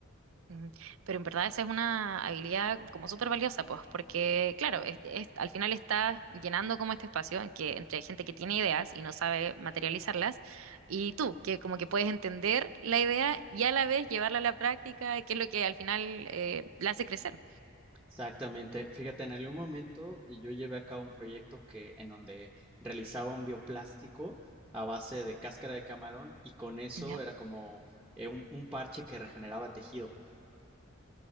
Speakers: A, on the right; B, in the centre.
A: ujú. Pero en verdad esa es una habilidad como súper valiosa, pues, porque claro, es- es- al final estás llenando como este espacio en que, entre gente que tiene ideas y no sabe materializarlas, y tú, que como que puedes entender la idea y a la vez llevarla a la práctica, que es lo que al final eh, la hace crecer.
B: Exactamente. Fíjate, en algún momento yo llevé a cabo un proyecto que, en donde realizaba un bioplástico a base de cáscara de camarón y con eso
A: ¿ya?
B: era como eh, un, un parche que regeneraba tejido.